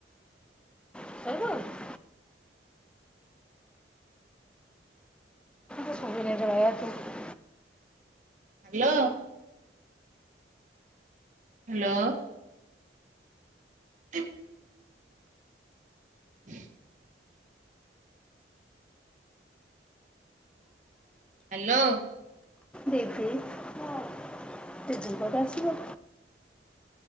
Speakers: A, in the centre; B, on the right (about 40°).
A: <unintelligible> <unintelligible>
B: Hello. hello. <inaudible> <inaudible> ହ୍ୟାଲୋ।
A: ଦିଦି ମୋ ଦିଦି କଉଠୁଆସିବ